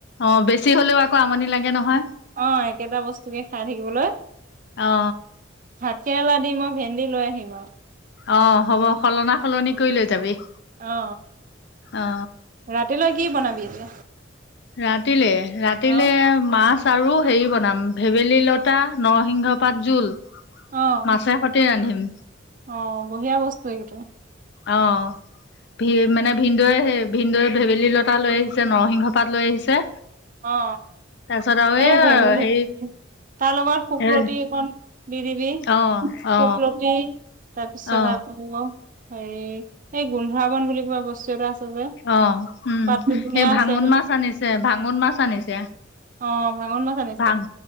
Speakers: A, on the left (about 60°); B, on the right (about 45°).
A: অ বেছি বেছি হ'লেও আকৌ আমনি লাগে নহয়
B: অ একেটা বস্তুকে খাই থাকিবলৈ
A: অ
B: ভাত কেৰেলা দি মই ভে লৈ আহিম অ
A: অ হ'ব সলনা সলনি কৰি লৈ যাবি
B: অ
A: অ
B: ৰাতিলৈ কি বনাবি এতিয়া
A: ৰাতিলে ৰাতিলে
B: অ'।
A: মাছ আৰু হেৰি বনাম ভেবেলী লতা নৰসিংহ পাত জোল
B: অ',
A: মাছেষতে ৰান্ধিম
B: অ বঢ়িয়া বস্তু ইটোৱ
A: অ ভি মানে ভিনদৈ সে ভিনদৈ ভেবেলী লতা লৈ আহিছে নৰসিংহ পাত লৈ আহিছে
B: অ
A: তাৰপিছত আৰু
B: এ ভেবেলি
A: এই
B: তাৰ লগত শুকলতি
A: হেৰি
B: এখন দি দিবি
A: অ
B: শুকলতি
A: অ
B: তাৰপিছত
A: অ
B: আৰু কব হে এই গোন্ধাবন বুলি কোৱা বস্তু এটা আছে যে
A: অ উম
B: পাতটো ধুনীয়া
A: এই ভাঙন
B: আছে
A: মাছ আনিছে ভাঙন মাছ আনিছে
B: অ ভাঙন মাছ আনিছে
A: ভাং